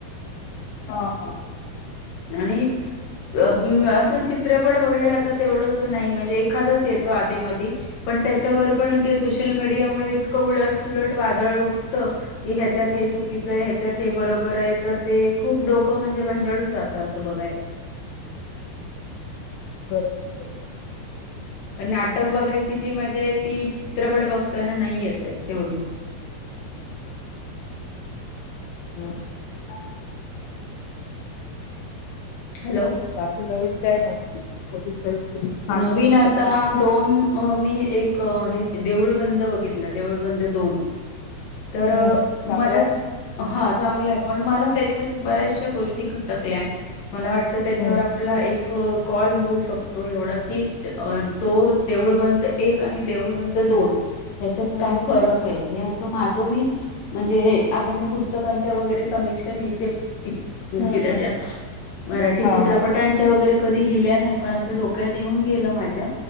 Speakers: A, on the left; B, on the left.
A: हा हा
B: आणि अ म अस चित्रपट बघायला आता तेवढंस नाही म्हणजे एखादाच येतो आधी मधी पण त्या च्या वर पण ते सोशल मीडियामुळे इत क उलट सुलट वादळ उठतं की ह्याच्यात हे चुकीचं ह्याच्यात ते बरोबर आहे तर ते खूप डोकं म्हणजे भंजाळून जातं असं बघायला
A: बरोबर बरोबर
B: पण नाटक बघायची जी मजा आहे ती चित्रपट बघताना नाही येत ते.. तेवढी
A: हम् हम
B: हॅलो
A: बाकी नवीन काय म्हणतेस अजून काही लिखाण
B: नवीन
A: वगैरे
B: आता
A: करता?
B: दोन मी एक हे देऊळ बंद बघितलं देऊळ बंद दोन तर
A: हं, हं. चांगलं
B: मला
A: आहे.
B: हा चांगलं आहे पण मला त्याच्या बऱ्याचशा गोष्टी खटकल्या मला वाटत त्याच्यावर
A: हं,
B: आपला एक कॉल होऊ शकतो तो एवढा की तो देऊळ बंद एक आणि देऊळ बंद दोन ह्याच्यात
A: हं.
B: काय
A: हं,
B: फरक आहे हे असं माझ जो मीच म्हणजे आता मी पुस्तकांच्या वगैरे समीक्षा लिहिते पी
A: हं, हं. हं,
B: चारच्या अशा
A: हं, हं.
B: मराठी
A: हां,
B: चित्रपटांच्या
A: हां, हां.
B: वगैरे कधी लिहिल्या नाही पण असं डोक्यात येऊन गेलं माझ्या